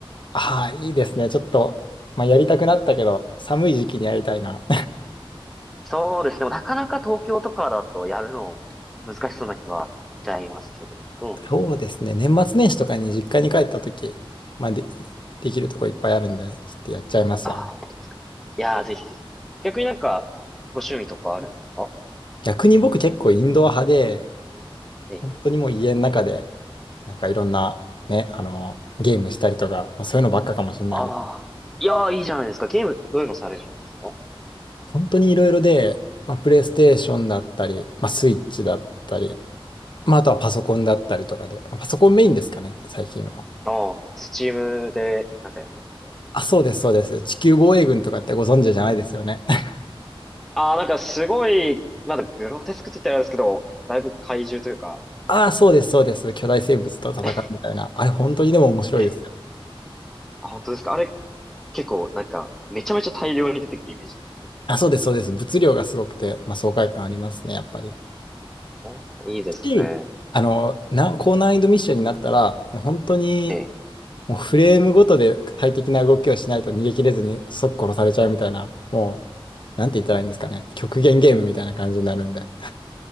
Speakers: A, on the left; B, in the centre.
A: ああ、いいですね。ちょっと、まあ、やりたくなったけど、寒い時期にやりたいな。
B: そうですね。でもなかなか東京とかだとやるの難しそうな気はしちゃいますけど、
A: <laughs>
B: どうなんですかね。
A: そうですね。年末年始とかに実家に帰った時、まあ、で、できるとこいっぱいあるんで、ちょっとやっちゃいますわ。
B: ああ、本当ですか。いやー、ぜひぜひ。逆になんか、ご趣味とかあるんですか
A: 逆に僕結構インドア派で、
B: ええ。
A: 本当にもう家の中で、なんかいろんなね、あの、ゲームしたりとか、まあ、そういうのばっかかもしれないで、
B: ああ、いやー、いいじゃないですか。ゲーム、どういうのされるんですか
A: 本当にいろいろで、まあ、プレイステーションだったり、まあ、スイッチだったり、まあ、あとはパソコンだったりとかで、
B: うん
A: まあパソコンメインですかね、最近は。
B: ああ、スチームでなんかやってるみたいな。
A: あ、そうです、そうです。地球防衛軍とかってご存知じゃないですよね。<laughs>
B: ああ、なんかすごい、まだグロテスクって言ったらあれですけど、だいぶ怪獣というか、
A: ああ、そうです、そうです。巨大生物と戦うみたいな。
B: <laughs>
A: あれ、本当にでも面白いですよ。
B: ええ。あ、本当ですか。あれ、結構なんか、めちゃめちゃ大量に出てくるイメージなんですけど、敵が
A: あ、そうです、そうです。物量がすごくて、まあ、爽快感ありますね、やっぱり。
B: あいいですね。
A: し、あの、な、高難易度ミッションになったら、もう本当に、
B: ええ。
A: もうフレームごとで最適な動きをしないと逃げ切れずに即殺されちゃうみたいな、もう、なんて言ったらいいんですかね。極限ゲームみたいな感じになるんで。